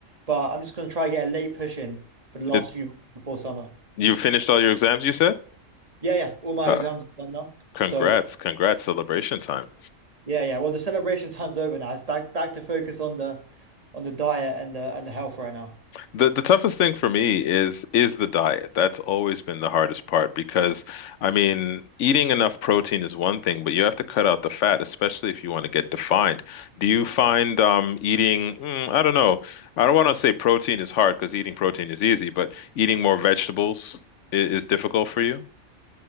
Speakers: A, on the right; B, on the left.
A: But I'm just gonna try and get a late push in for the last
B: It,
A: few months before summer.
B: you finished all your exams, you said?
A: Yeah, yeah, all my
B: Oh,
A: exams are done now,
B: congrats,
A: so.
B: congrats, celebration time.
A: Yeah, yeah. Well, the celebration time's over now. It's back back to focus on the on the diet and the and the health right now.
B: The the toughest thing for me is is the diet. That's always been the hardest part because I mean, eating enough protein is one thing, but you have to cut out the fat, especially if you want to get defined. Do you find um eating, mm, I don't know. I don't want to say protein is hard because eating protein is easy, but eating more vegetables is, is difficult for you?